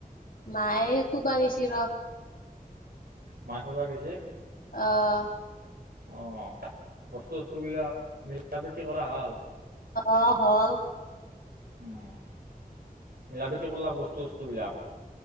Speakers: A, on the left; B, on the right.
A: মায়ে শুবা গেছি ৰহ।
B: মাই শুবা গেছি?
A: অ',
B: অহ, বস্তু - চস্তু বিলাক মিলাপ্ৰীতি কৰা হল?
A: অহ, হল।
B: উম, মিলাপীতি কৰলাক বস্তু -চস্তু বিলাক।